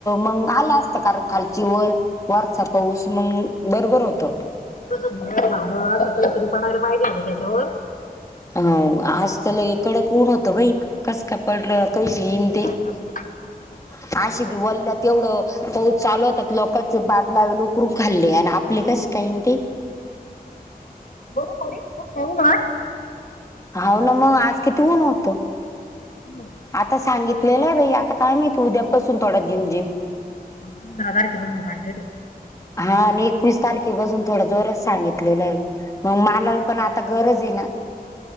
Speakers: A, on the left; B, on the left.
A: मंग आला असता कारण खालची वल वरचा पाऊस मंग बरोबर होत.
B: असं तरी पडायला पाहिजे होत तेच्यावर.
A: हो आज त लई कडक ऊन होतं बाई कस काय पडलं कायी
B: हा
A: <inaudible> आशे बी वल्ल तेवढं पाऊस चालवतात लोकाचे बादला उकरून खाल्ले आण आप लं कशी काय येईन ते?
B: <unintelligible>
A: हाव ना मग आज किती ऊन होत?
B: होत
A: आता सांगितलेलं आहे बाई आता काय माहीत उद्यापासून थोडा झिमझिम
B: पंधरा तारखे पर्यंत सांगीत
A: हा आणि एकवीस तारखेपासून थोडा जोरच सांगितलेलं आहे. म मालाला पण आता गरज हे ना.